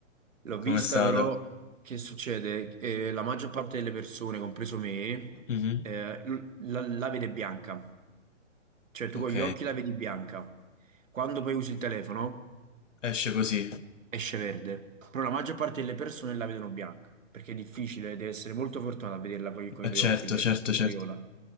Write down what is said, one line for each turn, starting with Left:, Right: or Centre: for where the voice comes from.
Right: L'ho
Left: Com'è
Right: vista
Left: stato?
Right: però, che succede? Eh, la maggior parte delle persone, compreso me,
Left: Mhm,
Right: eh, l- la, la vede bianca. Cioè tu
Left: Ok,
Right: con gli occhi la vedi bianca. Quando poi usi il telefono...
Left: esce così.
Right: esce verde, però la maggior parte delle persone la vedono bianca, perché è difficile, devi essere molto fortunato a vederla poi con
Left: Eh,
Right: i tuoi
Left: Certo,
Right: occhi verdi
Left: certo, certo.
Right: o viola.